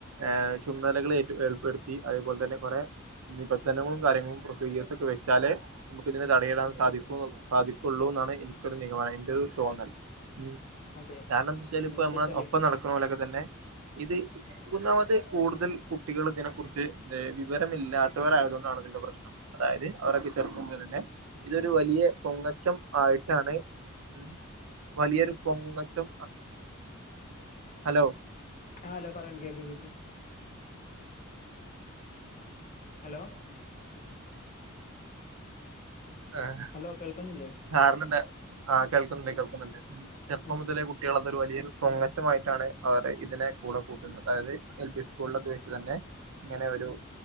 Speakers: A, on the right; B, on the left.
A: ഏഹ് ചുമതലകളേറ്റ് ഏർപ്പെടുത്തി അതേപോലെ തന്നെ കൊറെ നിബന്ധനങ്ങളും കാര്യങ്ങളും പ്രൊസീജിയേഴസ് ഒക്കെ വെച്ചാലെ നമുക്ക് ഇതിനെ തടയിടാ സാധിക്കു സാധിക്കുള്ളൂന്നാണ് എനിക്കൊരു നിഗമനം എന്റെരു തോന്നൽ ഉം
B: അതെ
A: കാരണം എന്താച്ചാല്
B: പിന്നെ
A: ഇപ്പൊ
B: എന്താ
A: നമ്മളെ
B: വെച്ചാല്
A: ഒപ്പം നടക്കണലൊക്കെ തന്നെ ഇത് ഒന്നാമത് കൂടുതൽ കുട്ടികൾ ഇതിനെ കുറിച്ച് ഏഹ് വിവരമില്ലാത്തവരായത് കൊണ്ടാണ് അതിന്റെ പ്രശ്നം. അതായത് അവരൊക്കെ ചെറുപ്പം മുതലെന്നെ ഇതൊരു വലിയ പൊങ്ങച്ചം ആയിട്ടാണ് ഉം വലിയൊരു പൊങ്ങച്ചം ഹലോ
B: ആഹ് ഹലോ പറയണ് കേക്കും കേക്കും ഹലോ
A: ആഹ്
B: ഹലോ കേൾക്കുന്നില്ലേ
A: കാരണണ്ട് ആഹ് കേൾക്കുന്നുണ്ട് കേൾക്കുന്നുണ്ട് ചെർപ്പോം
B: ആ
A: മുതലേ കു കുട്ടികൾ അതൊരു വലിയൊരു പൊങ്ങച്ചമായിട്ടാണ് അവർ ഇതിനെ കൂടെ കൂട്ടുന്നത് അതായത് എൽ പി സ്കൂളിലൊക്കെ ത് തന്നെ ഇങ്ങനെ ഒരു